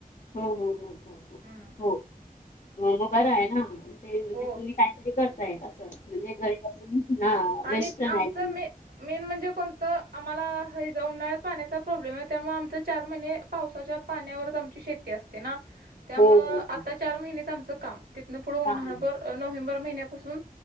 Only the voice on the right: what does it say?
हम्म
हो
आणि
आमचं
मे मेन म्हणजे कोणतं आम्हाला ह उन्हाळ्यात पाण्याचा प्रॉब्लेम आहे त्यामुळे आमच चार महिने पावसाच्या पाण्यावरच आमची शेती असते ना. त्यामुळं
आता चार महिनेच आमचं काम तिथन पुढं उन्हाळभर
नोव्हेंबर महिन्यापासून